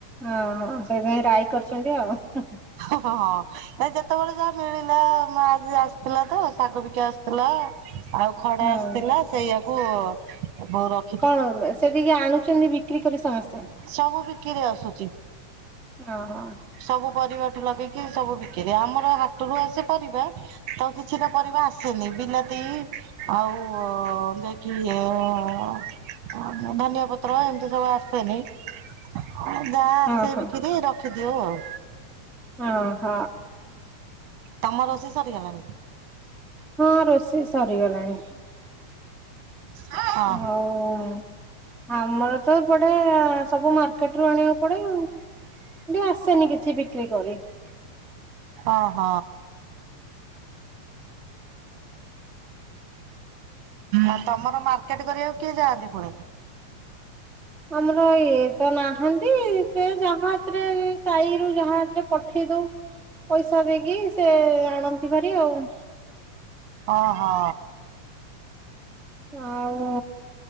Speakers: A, in the centre; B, on the right (about 65°).
A: ଓହୋ ସେଇଥିପାଇଁ ରାଇ କରିଚନ୍ତି ଆଉ।
B: ଓ ହଁ <unintelligible> ଯେତବଳେ ଯାହା ମିଳିଲା ଆଜି ଆସିଥିଲା ତ ଶାଗ ବିକା ଆସିଥିଲା, ଆଉ ଖଡା
A: ହୁଁ।
B: ଆସିଥିଲା। ସେଇଆକୁ <unintelligible>
A: କଣ ସେଟିକି ଆଣୁଚନ୍ତି ବିକ୍ରି କରି ସମସ୍ତେ।
B: ସବୁ ବିକିରି ଆସୁଛି
A: <unintelligible>
B: ସବୁ ପରିବାଠୁ ଲଗେଇକି ସବୁ ବିକିରି, ଆମର ହାଟୁରୁ ଆସେ ପରିବା। ତ କିଛି ଟା ପରିବା ଆସ୍ ସିନି ବିଲାତି ଆଉ ଯେ କି ଅ ଧନିଆ ପତ୍ର ଏମ୍ତି ସବୁ ଆସ୍ ସେନି, ଯାହା ଆସେ
A: ଓହୋ।
B: ବିକିରି ରଖିଦିଓଉ ଆଉ।
A: ଓହ।
B: ତମ ରୋଷେଇ ସରିଗଲାଣି?
A: ହଁ ରୋଷେଇ ସରିଗଲାଣି।
B: ହଁ।
A: ଆଉ ଆମର ତ ଏପଟେ ସବୁ ମାର୍କେଟ ରୁ ଆଣିବାକୁ ପଡେ ଆଉ। <unintelligible> ଆସେନି କିଛି ବିକ୍ରି କରି।
B: ଓହ। ଆଉ ତମର ମାର୍କେଟ କରିବାକୁ କିଏ ଯାଆନ୍ତି ପୁଣି?
A: ଆମର ଇଏ ତ ନାହାନ୍ତି, ସେ ଯାହା ହାତେରେ ସାହିରୁ ଯାହା ହାତେରେ ପଠେଇ ଦଉ ପଇସା ଦେଇକି, ସେ ଆଣନ୍ତି ଭାରି ଆଉ।
B: ଓହୋ।
A: ଆଉ